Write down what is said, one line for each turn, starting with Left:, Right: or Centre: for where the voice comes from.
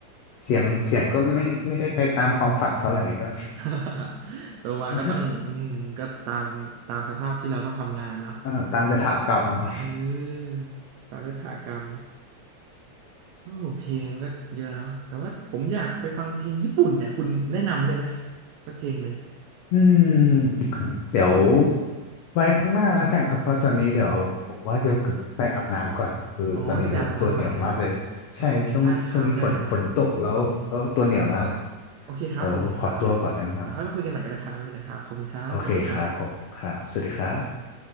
Left: เสียงเสียงก็ไม่ไม่ได้ไปตามความฝันเท่าไหร่ก็
Right: <laughs> โตมาก็ต้องอืมก็ตามตามสภาพที่เราต้องทำงานเนาะ
Left: <laughs> เอ่อตามยถากรรมอะ
Right: เออตามยถากรรม โอ้เพลงมันก็เยอะเนาะแต่ว่าผมอยากไปฟังเพลงญี่ปุ่นเนี่ย คุณแนะนำได้ไหมสักเพลงหนึ่ง
Left: อืมเดี๋ยวไว้ข้างหน้าแล้วกันครับเพราะตอนนี้เดี๋ยวผมว่าจะไปอาบน้ำก่อนคือตอนนี้แบบตัวเหนียวมากเลยใช่ช่วงช่วงนี้ฝนฝนตกแล้วแล้วตัวเหนียวมากเลย
Right: อ๋อจะไปอาบน้ำก่อนใช่ไหมครับโอเคได้ครับ ได้ครับ โอเคครับโอเคครับเดี๋ยวเดี๋ยวค่อยมาคุยกันใหม่ก็ได้ครับไม่เป็นไรครับขอบคุณครับ
Left: เดี๋ยวผมขอตัวก่อนได้ไหมครับโอเคครับผมครับสวัสดีครับ
Right: สวัสดีครับ